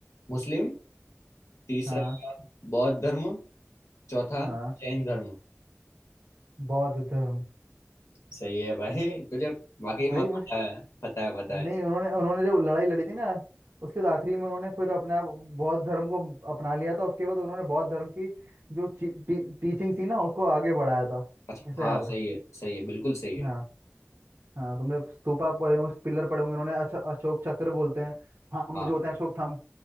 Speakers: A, on the left; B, on the right.
A: मुस्लिम तीसरा
B: हाँ
A: बौद्ध धर्म चौथा
B: हाँ
A: जैन धर्म
B: बौद्ध धर्म
A: सही है भाई तुझे वाकई
B: भाई
A: में पता
B: मुझे
A: है पता है पता
B: नहीं
A: है
B: उन्होंने उन्होंने जब लड़ाई लड़ी थी ना उसके बाद आखिरी में उन्होंने फिर अपने आप बौद्ध धर्म को अपना लिया था उसके बाद उन्होंने बौद्ध धर्म की जो टी, टी, टीचिंग थी ना उसको आगे बढ़ाया था
A: अच्छा
B: ऐसा
A: हाँ
B: याद है
A: सही है सही है बिल्कुल सही है
B: हाँ हाँ तुमने स्तूपा पड़े होंगे पिलर पड़े होंगे उन्होंने अशो- अशोक चक्र बोलते हैं थंब
A: हाँ
B: जो होते हैं अशोक थंब